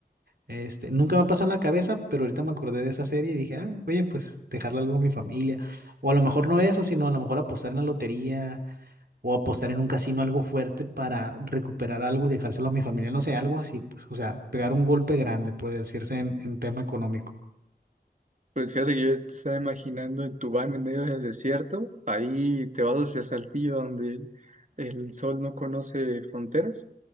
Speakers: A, on the right (about 65°); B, on the right (about 45°).
A: este, nunca me ha pasado en la cabeza, pero ahorita me acordé de esa serie y dije, ah, oye, pues dejarle algo a mi familia, o a lo mejor no eso, sino a lo mejor apostar en la lotería o apostar en un casino algo fuerte para recuperar algo y dejárselo a mi familia, no sé, algo así, pues, o sea, pegar un golpe grande, puede decirse en, en tema económico.
B: Pues fíjate que yo te estaba imaginando en tu van en medio del desierto, ahí te vas hacia Saltillo donde el sol no conoce fronteras